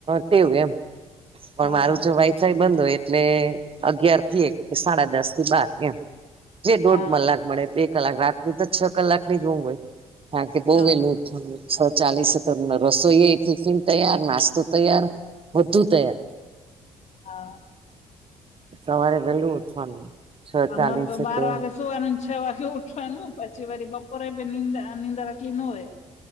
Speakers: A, on the right; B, on the left.
A: કેવું એમ. પણ
B: હા
A: મારું તો વાઈફાઈ બંધ હોય એટલે અગિયાર થી એક કે સાડા દસ થી બાર એમ. જે દોઢ
B: હા
A: કલાક મળે બે કલાક રાતની તો છ કલાકની ઉગ હોય. રાત્રે બહુ
B: હા
A: વેલું છ ચાલીસ રસોઈ ટિફિન તૈયાર નાસ્તો તૈયાર. બધુ તૈયાર.
B: હા.
A: સવારે વહેલુ ઉઠવાનું. છ
B: અમારે
A: ચાલીસે
B: તોબાર
A: તો
B: વાગે. સવારનુંને છ વાગે ઉઠવાનું પછી વારી બપોરેંદ નીંદા આટલી ન હોય.